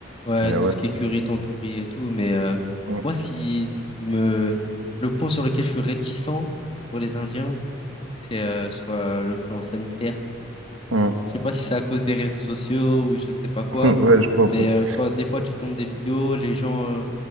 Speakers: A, on the left; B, on the right.
A: ouais,
B: Mais
A: tout
B: ouais.
A: ce qui est curry, tandoori et tout. Mais euh,
B: Mm.
A: moi, ce qui, ce qui me, le point sur lequel je suis réticent pour les Indiens, c'est euh, sur euh, le plan sanitaire.
B: Mm.
A: Je sais pas si c'est à cause des réseaux sociaux ou je sais pas quoi,
B: <laughs> Ouais, je pense
A: mais
B: aussi.
A: euh, quand des fois tu tombes des vidéos, les gens euh,